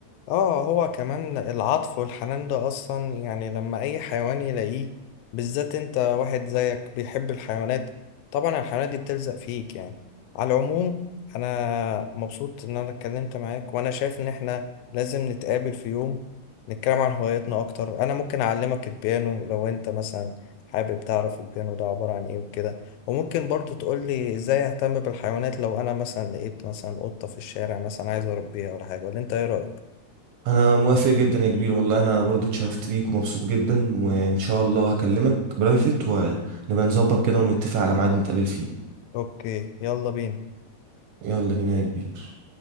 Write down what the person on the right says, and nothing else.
انا موافق جدا يا كبير والله انا برضو اتشرفت بيك ومبسوط جدا وان شاء الله هكلمك برايفت ونبقى نظبط كده ونتفق على ميعاد نتقابل فيه
يلا بينا يا كبير